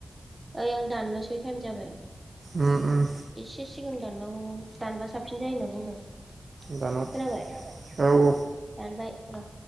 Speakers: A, on the right; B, on the right.
A: ओइ आं दाननो सै टाइम जाबाय।
B: उम उम
A: एसे सिगां दाननां दानबा साबसिन जायो होनना बुंदों। खोनाबाय
B: दानहर औ औ
A: दानबाय र‌